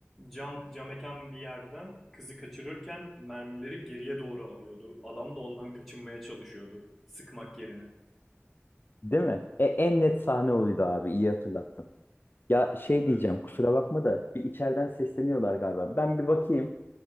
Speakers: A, in the centre; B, on the left.
A: cam cam eken bir yerden kızı kaçırırken mermileri geriye doğru alıyordu. Adam da ondan kaçınmaya çalışıyordu sıkmak yerine.
B: Değil mi? E, en net sahne oydu abi. iyi hatırlattın. Ya şey
A: Evet evet.
B: diyeceğim kusura bakma da bir içeriden sesleniyorlar galiba. Ben bir bakayım.